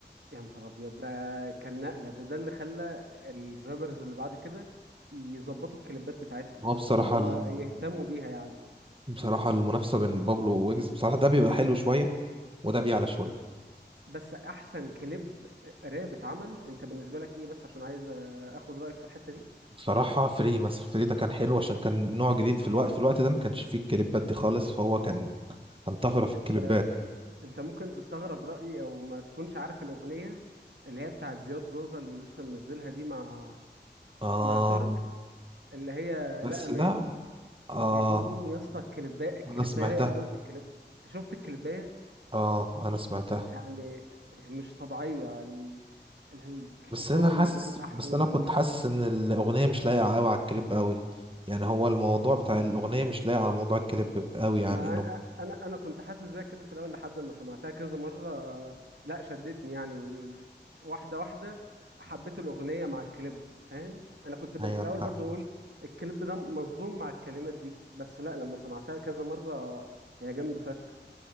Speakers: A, on the right; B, on the right.
A: يا نهار ابيض ده كان نقلة ده ده اللي خلى الرابرز اللي بعد كده يظبطوا الكليبات بتاعتهم
B: هو بصراحة
A: اللي هو
B: ال...
A: يهتموا بيها يعني
B: بصراحة المنافسة بين بابلو وويجز بصراحة ده بيبقى حلو شوية وده بيعلى شوية
A: بس احسن كليب راب اتعمل انت بالنسبه لك ايه بس عشان عايز آه، اخد رايك في الحته دي
B: بصراحة فري مثلا فري ده كان حلو عشان كان نوع جديد في الوقت في الوقت ده ما كانش فيه الكليبات دي خالص فهو كان كان طفرة في الكليبات
A: انت انت ممكن تستغرب رايي او ما تكونش عارف الاغنيه اللي هي بتاعت زياد زوزة اللي لسه منزلها دي مع
B: آه
A: مع ترك اللي هي
B: بس
A: لا امان
B: ده آه
A: يا دين امي يا اسطى الكليبايه الكليبايه
B: أنا سمعتها
A: رايقه قوي الكليب... شفت الكليبايه
B: آه أنا سمعتها
A: يعني مش طبيعيه ال... الحصان
B: بس أنا حاسس
A: المجنح
B: بس
A: والجيوش
B: أنا كنت حاسس إن الأغنية مش لايقة أوي على الكليب أوي يعني هو الموضوع بتاع الأغنية مش لايق على موضوع الكليب أوي يعني
A: ما
B: الأغنية
A: انا انا كنت حاسس زي كده في الاول لحد ما سمعتها كذا مره آه، لا شدتني يعني ف- واحده واحده حبيت الاغنيه مع الكليب فاهم انا كنت بال-
B: أيوة
A: في الاول
B: أنا فاهم
A: برضو اقول الكليب ده مظلوم مع الكلمات دي بس لا لما سمعتها كذا مره هي جامده فشخ